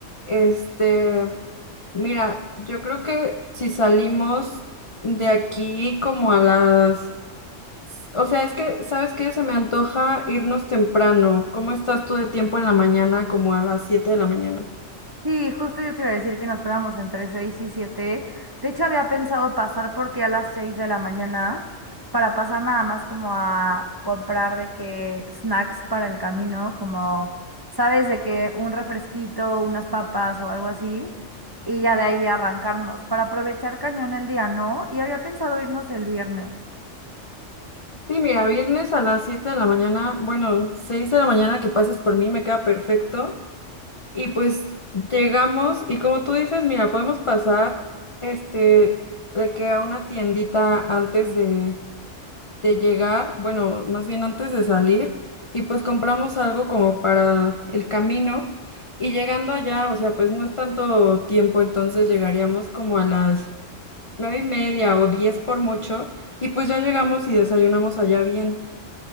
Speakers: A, on the left; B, on the right.
A: Este, mira, yo creo que si salimos de aquí como a las... O sea, es que, ¿sabes qué? Se me antoja irnos temprano. ¿Cómo estás tú de tiempo en la mañana, como a las 7 de la mañana?
B: Sí, justo yo te iba a decir que nos fuéramos entre 6 y 7. De hecho, había pensado pasar por ti a las 6 de la mañana para pasar nada más como a comprar de que snacks para el camino, como, sabes, de que un refresquito, unas papas o algo así, y ya de ahí arrancarnos para aprovechar cañón el día, ¿no? Y había pensado irnos el viernes.
A: Sí, mira, viernes a las 7 de la mañana, bueno, 6 de la mañana que pases por mí me queda perfecto. Y pues llegamos y como tú dices, mira, podemos pasar este de que a una tiendita antes de, de llegar, bueno, más bien antes de salir, y pues compramos algo como para el camino. Y llegando allá, o sea, pues no es tanto tiempo, entonces llegaríamos como a las nueve y media o diez por mucho, y pues ya llegamos y desayunamos allá bien.